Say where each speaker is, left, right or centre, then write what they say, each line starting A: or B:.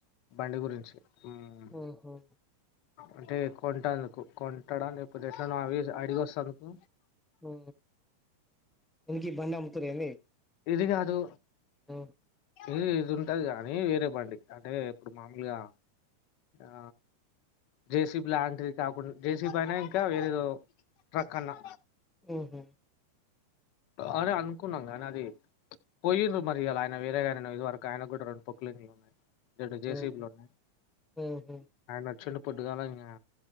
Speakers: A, on the left; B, in the centre.
A: బండి గురించి మ్మ్.
B: ఓహో
A: అంటే కొంటందుకు కొంటడ లేక్ పోతే ఎట్ల నో అవేస్ అడిగొస్తాందుకు
B: ఓ ఎనికి ఈ బండ్ అమ్ముతుర్ ఏంది
A: ఇది కాదు
B: అ
A: ఇది ఇద్ ఉంటది గానీ వేరే బండి అంటే ఇప్పుడు మామూలుగా జ ఆ జేసీబ్ లాంటిది కాకున్ జేసీబయినా ఇంకా వేరేదో ట్రక్ అన్నా
B: ఓహో
A: ఆని అనుకున్నాం గానది పోయ్యిను మరియాల ఆయన వేరేగన ఇది వరక్ ఆయన గ్గూడా రెండ్ పొకులింగ్ లున్నయ్ రెండు జేసీబీలున్నయ్
B: ఉహు ఉహు
A: ఆయనొచ్చిండు పొద్దుగాలింగా